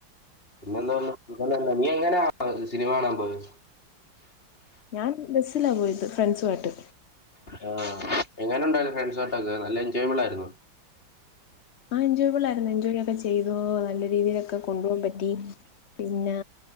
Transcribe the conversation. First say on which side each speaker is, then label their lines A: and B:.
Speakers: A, on the left (about 30°); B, on the left (about 70°).
A: പിന്നെ എന്താണ് സുഖം തന്നെ. നീ എങ്ങനെയാ സിനിമ കാണാൻ പോയത്.
B: ഞാൻ ബസ്സിലാ പോയത്. ഫ്രണ്ട്സുവായിട്ട്.
A: ആഹ് എങ്ങനെ ഉണ്ടായിരുന്നു ഫ്രണ്ട്സോട്ടൊക്കെ നല്ല എൻജോയബിൾ ആയിരുന്നോ
B: ആഹ് എൻജോയ്ബിൾ ആയിരുന്നു. എൻജോയ് ഒക്കെ ചെയ്തു നല്ല രീതിയിലൊക്കെ കൊണ്ടു പോവാൻ പറ്റി. പിന്നെ